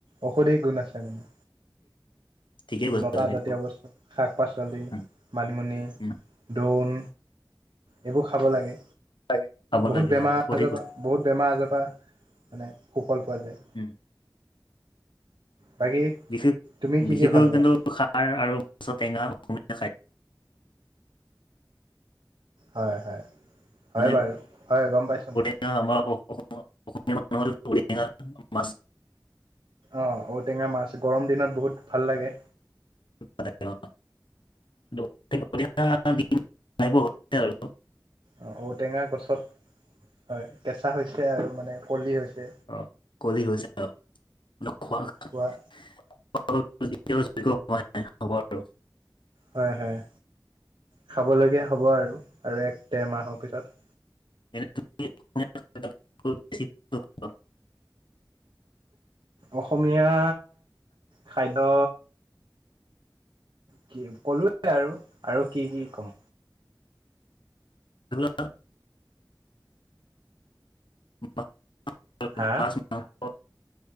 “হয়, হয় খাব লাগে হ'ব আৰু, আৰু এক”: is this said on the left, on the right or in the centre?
Right